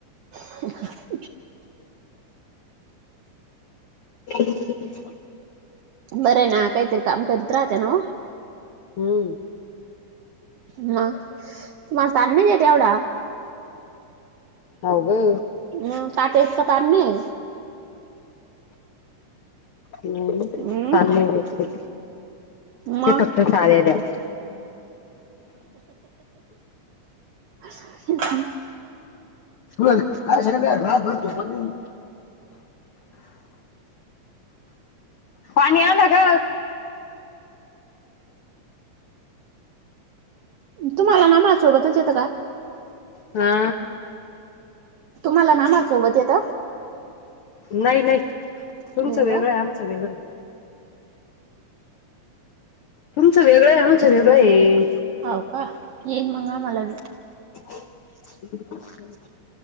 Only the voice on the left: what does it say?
<inaudible>
हूं!
हाव ग.
हूं
ताण नही देत ते
तें फक्त चाव्या दया. <inaudible>
तुला काय सांगितलं यार रातभर झोपा नही. पाणी आलं ग.
हा
नाही नाही तुमचं
वेगळं
आहे. आमचं वेगळं. तुमचं वेगळं ऐ आमचं वेगळंऐ.
<inaudible>